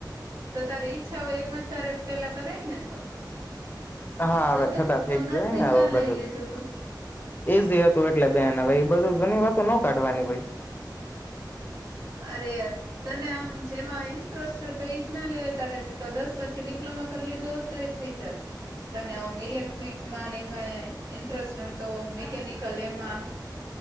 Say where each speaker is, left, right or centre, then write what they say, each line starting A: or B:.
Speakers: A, on the right; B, on the left.
A: તો તારી ઈચ્છા હોય એમ જ તારે પેલા કરે ને તો
B: હા
A: તો
B: હવે
A: કે
B: થતા થઈ
A: તો
B: ગયું
A: નર્સિંગ
B: હોય ને હવે
A: કા
B: બધું
A: લઈ લીધું
B: તુ
A: તું
B: ઈઝી હતું એટલે બેન હવે બધું જૂની વાત નો કાઢવાની હોય
A: અરે અરે તને આમ જેમાં ઇન્ટરેસ્ટ તો એઈજ ના લેવાય તારે તો દસ પછી ડિપ્લોમા કરી લીધું હો જ એ થઇ જત તનેમ ઇલેક્ટ્રિકમાં એમાં ઇન્ટરેસ્ટ તો મેકેનિકલ એમા